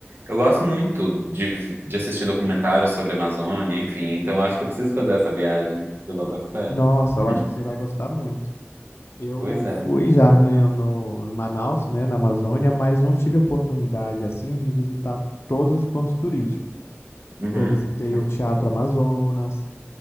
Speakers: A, on the right; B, on the left.
A: eu gosto muito de, de assistir documentários sobre a Amazônia, enfim, então acho que eu preciso fazer essa viagem. Você bota fé?
B: Nossa, eu
A: Hum,
B: acho que você vai gostar muito. Eu
A: pois é.
B: fui já né, no Manaus, né, na Amazônia, mas não tive oportunidade, assim, de visitar todos os pontos turísticos.
A: Uhum,
B: Eu visitei
A: uhum,
B: o Teatro Amazonas,